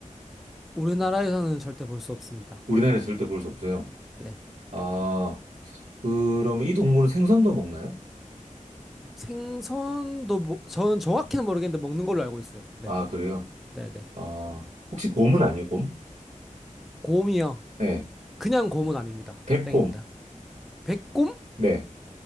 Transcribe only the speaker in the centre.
우리나라에서는 절대 볼 수 없습니다.
네.
생선도, 뭐, 저는 정확히는 모르겠는데 먹는 걸로 알고 있어요. 네,
네네.
곰이요.
그냥 곰은 아닙니다.
땡입니다. 백곰?